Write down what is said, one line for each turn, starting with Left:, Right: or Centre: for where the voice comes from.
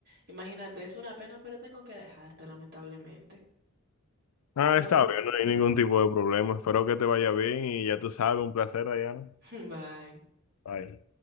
Right: imagínate, es una pena, pero tengo que dejarte, lamentablemente.
Left: Ah,
Right: Pero,
Left: está bien, no hay ningún tipo de problema. Espero que te vaya bien y ya tú sabes, un placer, Diana.
Right: <laughs> bye.
Left: Bye.